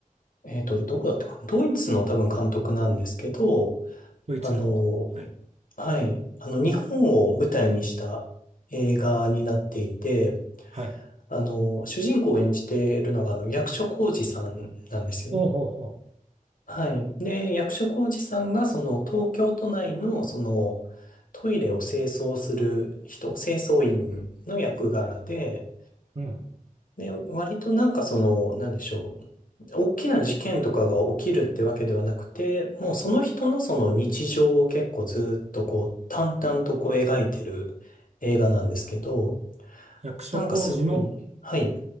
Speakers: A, on the left; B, on the right.
A: えっと、どこだったかなドイツの多分監督なんですけど、
B: ドイツの。
A: あの、
B: はい、
A: はい、あの、日本を舞台にした映画になっていて、
B: はい。
A: あの、主人公を演じているのが、あの、役所広司さんなんですよね。
B: ほうほうほ
A: はい。で、役所広司さんが、その、東京都内の、その、トイレを清掃する人、清掃員の役柄で、
B: う。うん、
A: で、割となんかその、なんでしょう。大きな事件とかが起きるってわけではなくて、もうその人のその日常を結構ずっとこう、淡々とこう描いてる映画なんですけど、
B: うん。役所工事の
A: なんかすごい、はい。